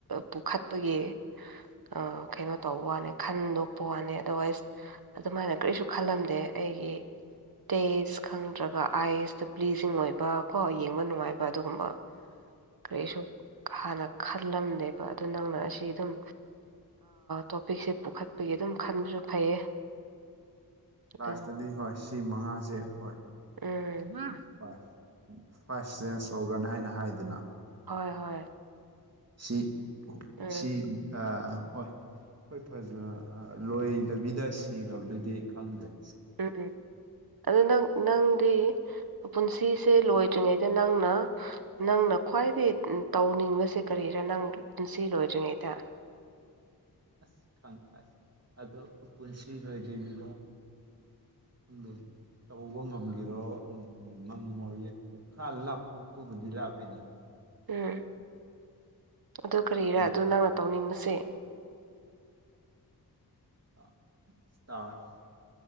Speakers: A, on the right (about 65°); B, on the right (about 40°).
A: ꯄꯨꯈꯠꯄꯒꯤ ꯑ ꯀꯩꯅꯣ ꯇꯧꯕ ꯋꯥꯅꯦ ꯈꯟꯗꯣꯛꯄ ꯋꯥꯅꯦ ꯑꯗꯔꯋꯥꯏꯁ ꯑꯗꯨꯃꯥꯏꯅ ꯀꯔꯤꯁꯨ ꯈꯜꯂꯝꯗꯦ ꯑꯩꯒꯤ ꯇꯦꯁ ꯈꯪꯗ꯭ꯔꯒ ꯑꯥꯏꯁꯇ ꯄ꯭ꯂꯤꯖꯤꯡ ꯑꯣꯏꯕ ꯀꯣ ꯌꯦꯡꯕ ꯅꯨꯡꯉꯥꯏꯕ ꯑꯗꯨꯒꯨꯝꯕ ꯀꯔꯤꯁꯨ ꯍꯥꯟꯅ ꯈꯜꯂꯝꯗꯦꯕ ꯑꯗꯨ ꯅꯪꯅ ꯑꯁꯤ ꯑꯗꯨꯝ ꯇꯣꯄꯤꯛꯁꯦ ꯄꯨꯈꯠꯄꯒꯤ ꯑꯗꯨꯝ ꯈꯟꯕꯁꯨ ꯐꯩꯌꯦ ꯑꯗꯨ
B: ꯂꯥꯁꯇꯗꯤ ꯍꯣꯏ ꯁꯤ ꯃꯉꯥꯁꯦ ꯍꯣꯏ
A: ꯎꯝ
B: ꯥꯏꯚ ꯐꯥꯏꯚ ꯆꯦꯟꯁ ꯑꯣꯔꯒꯥꯟ ꯍꯥꯏꯅ ꯍꯥꯏꯗꯅ
A: ꯍꯣꯏ ꯍꯣꯏ
B: ꯁꯤ
A: ꯎꯝ
B: ꯁꯤ ꯑꯥ ꯍꯣꯏ ꯑꯩꯈꯣꯏ ꯐꯖ ꯂꯣꯏ ꯗꯕꯤꯗ ꯁꯤꯈ꯭ꯔꯕꯗꯨꯗꯤ ꯈꯪꯗ꯭ꯔꯦ
A: ꯎꯝ ꯎꯝ ꯑꯗꯨ ꯅꯪ ꯅꯪꯗꯤ ꯄꯨꯟꯁꯤꯁꯦ ꯂꯣꯏꯗ꯭ꯔꯤꯉꯩꯗ ꯅꯪꯅ ꯅꯪꯅ ꯈ꯭ꯋꯥꯏꯗꯒꯤ ꯇꯧꯅꯤꯡꯕꯁꯦ ꯀꯔꯤꯔꯥ ꯅꯪ ꯄꯨꯟꯁꯤ ꯂꯣꯏꯗ꯭ꯔꯤꯉꯩꯗ
B: ꯑꯁ ꯈꯪ ꯑꯁ ꯑꯗꯣ ꯄꯨꯟꯁꯤ ꯂꯣꯏꯗ꯭ꯔꯤꯉꯩꯗ ꯎꯝ ꯇꯧꯕ ꯉꯝꯒꯤꯔꯣ ꯉꯝꯃꯣꯏ ꯈꯔ ꯂꯥꯞꯄꯕꯨꯗꯤ ꯂꯥꯞꯄꯅꯤ
A: ꯎꯝ ꯑꯗꯨ ꯀꯔꯤꯔꯥ
B: ꯎꯝ
A: ꯑꯗꯨ ꯅꯪꯅ ꯇꯧꯅꯤꯡꯕꯁꯦ
B: ꯑꯦꯁꯇꯔ